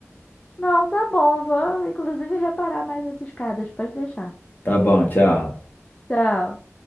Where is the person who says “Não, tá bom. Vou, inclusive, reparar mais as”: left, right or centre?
Left